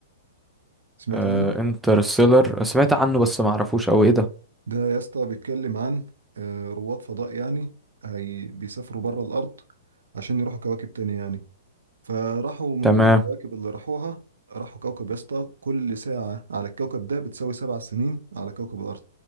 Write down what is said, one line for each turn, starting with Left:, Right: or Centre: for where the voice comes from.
Right: سمعت
Centre: آه
Right: عنه
Centre: انترستيلر سمعت عنه بس ما اعرفوش او ايه ده
Right: ده يا اسطى بيتكلم عن آه، رواد فضاء يعني هي بيسافروا بره الارض عشان يروحوا كواكب تانية يعني فراحوا من
Centre: تمام
Right: ضمن الكواكب اللي راحوها راحوا كوكب يا اسطى كل ساعة على الكوكب ده بتساوي سبع سنين على كوكب الأرض